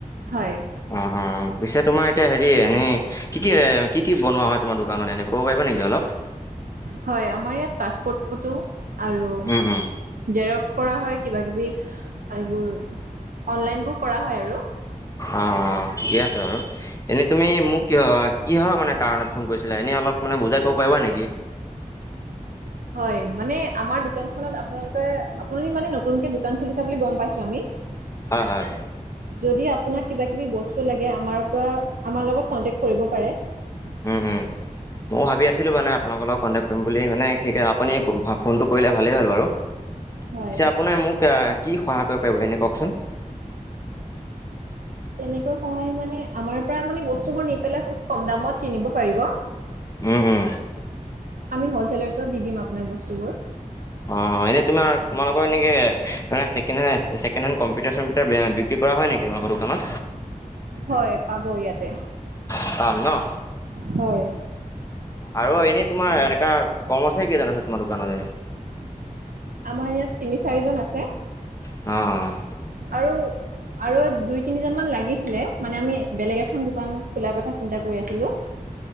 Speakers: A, on the right (about 75°); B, on the left (about 20°).
A: হয়
B: উম-উম, পিছে তোমাৰ এতিয়া হেৰি এনেই <unintelligible> কি-কি, এ কি-কি বনোৱা হয় তোমাৰ দোকানত এনে ক'ব পাৰিবা নেকি অলপ? <unintelligible>
A: হয়। আমাৰ ইয়াত পাছপোৰ্ট ফটো আৰু
B: অলপ
A: <unintelligible> জেৰক্স কৰা হয় কিবাকিবি এইবোৰ, অনলাইনবোৰ কৰা হয় আৰু। <inaudible>
B: অঁ-অঁ, ঠিকে আছে বাৰু। <unintelligible> এনেই তুমি মোক কিয় কিহৰ মানে কাৰণত ফোন কৰিছিলা, এনেই অলপ মানে বুজাই কব পাৰিবা নেকি? <unintelligible>
A: হয়। মানে আমাৰ দোকানখনত আপোনালোকে আপুনি মানে নতুনকে দোকান খুলিছে বুলি গম পাইছোঁ আমি। <unintelligible>
B: হয়-হয়।
A: যদি আপোনাক কিবাকিবি বস্তু লাগে, আমাৰ পৰা আমাৰ লগত কণ্টেক্ট কৰিব পাৰে। <inaudible> <inaudible>
B: উম উম ময়ো ভাবি আছিলোঁ মানে, আপোনালোকৰ লগত কণ্টেক্ট কৰিম বুলি, মানে সেইটো আপুনি ফোনটো কৰিলে ভালেই হ'ল বাৰু। <unintelligible>
A: হয়
B: পিছে আপুনি মোক <unintelligible> এ কি সহায় কৰিব পাৰিব এনেই কওঁকচোন?
A: তেনেকৈ সহায় মানে আমাৰ পৰা আপুনি বস্তুবোৰ নি পেলাই খুব কম দামত কিনিব পাৰিব। <unintelligible>
B: উম উম
A: <inaudible> আমি হলছেলাৰছত দি দিম আপোনাক বস্তুবোৰ।
B: অঁ। এনেই তোমাক তোমালোকৰ এনেকে মানে ছেকেণ্ড হেণ্ড, ছেকেণ্ড হেণ্ড কম্পিউটাৰ-চম্পিউটাৰ বিক্ৰী কৰা হয় নেকি? <unintelligible> তোমালোকৰ দোকানত।
A: হয় পাব ইয়াতে
B: <unintelligible> পাম ন?
A: হয়।
B: আৰু এনেই তোমাৰ এনেকা কৰ্মচাৰীকেইজন আছে তোমাৰ দোকানত এনেই? <unintelligible>
A: আমাৰ ইয়াত তিনি-চাৰিজন আছে।
B: অঁ।
A: আৰু আৰু দুই-তিনিজন মান লাগিছিলে মানে আমি বেলেগ এখন দোকান খোলাৰ কথা চিন্তা কৰি আছিলোঁ। <unintelligible>